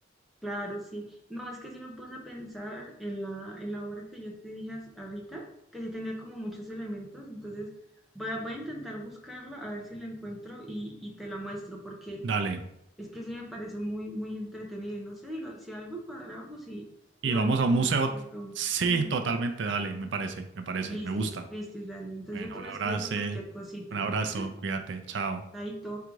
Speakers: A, in the centre; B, on the right.
A: Claro, sí. No, es que sí me puse a pensar en la, en la obra que yo te dije as- ahorita, que sí tenía como muchos elementos, entonces voy a, voy a intentar buscarla, a ver si la encuentro y, y te la muestro, porque
B: Dale.
A: es que sí me parece muy, muy entretenido y no sé, diga, si algo cuadramos y,
B: Y
A: y vamos
B: vamos
A: a
B: a
A: algún
B: un museo.
A: museo.
B: Sí,
A: Mm,
B: totalmente, dale, me parece, me parece,
A: Listis,
B: me gusta.
A: listis, dale. Entonces
B: Bueno,
A: yo te voy
B: un abrazo,
A: escribiendo cualquier
B: un
A: cosita,
B: abrazo,
A: ¿vale?
B: cuídate, chao.
A: Chaito.